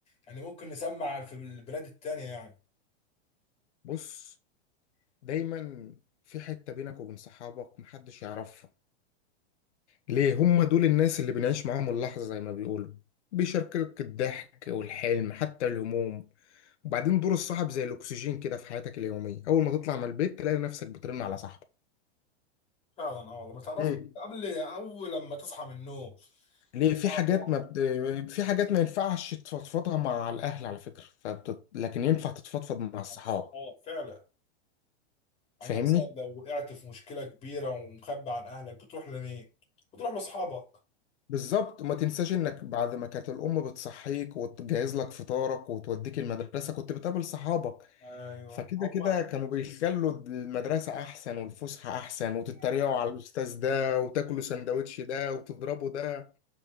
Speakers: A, on the left; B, on the left.
A: يعني ممكن نسمع في البلاد التانية يعني
B: بص دايما في حته بينك وبين صحابك محدش يعرفها ليه هم دول الناس اللي بنعيش معاهم اللحظة زي ما بيقولوا بيشاركك الضحك والحلم حتى الهموم وبعدين دور الصاحب زي الأكسجين كده في حياتك اليومية أول ما تطلع من البيت تلاقي نفسك بترن على صاحبك
A: فعلا اه والله ما تعرف
B: ليه؟
A: قبل أول لما تصحى من النوم
B: ليه
A: تبقى
B: في حاجات
A: صح
B: ما بت... في حاجات ما ينفعش تفضفضها مع الأهل على فكرة فبت... لكن ينفع تتفضفض مع الصحاب
A: عن الصحاب فعلا
B: فاهمني
A: يعني مثلا لو وقعت في مشكلة كبيرة ومخبي عن أهلك بتروح لمين؟ بتروح لأصحابك
B: بالظبط وما تنساش انك بعد ما كانت الام بتصحيك وتجهز لك فطارك وتوديك المدرسه كنت بتقابل صحابك
A: أيوه
B: فكده
A: هما
B: كده كانوا بيخلوا المدرسه احسن والفسحه احسن
A: هما
B: وتتريقوا
A: يعني
B: على الاستاذ ده وتاكلوا
A: أنا
B: سندوتش
A: فاكر
B: ده وتضربوا ده